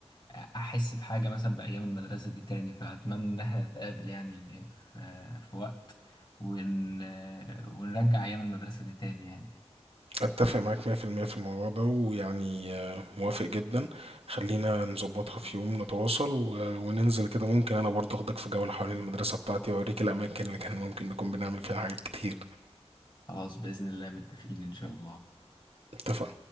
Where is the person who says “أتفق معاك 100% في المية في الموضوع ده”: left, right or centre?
Right